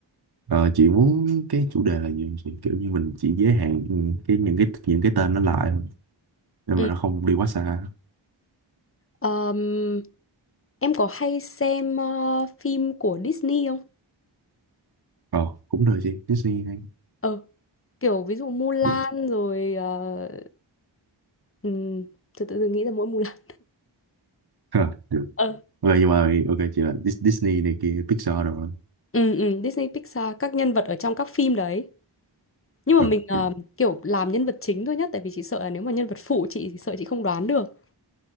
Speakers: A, on the right; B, on the left.
A: Ờ, chị muốn cái chủ đề là gì chị kiểu như mình chỉ giới hạn ừ, cái những cái những cái tên nó lại thôi. nhưng
B: Ừm,
A: mà nó không đi quá xa
B: ờm, em có hay xem ờ, phim của Disney không?
A: ờ cũng được chị Disney hay
B: Ờ, kiểu ví dụ Mulan
A: gì
B: rồi ờ, ừm, tự tự dưng nghĩ ra mỗi Mulan.
A: Ờ, được
B: Ờ,
A: ok nhưng mà ok chị là Dis- Disney này kia Pixar đồ đó
B: ừ, ừ, Disney Pixar các nhân vật ở trong các phim đấy. nhưng
A: Ờ,
B: mà
A: ok
B: mình ờ, kiểu làm nhân vật chính thôi nhá tại vì chị sợ là nếu mà nhân vật phụ chị thì sợ chị không đoán được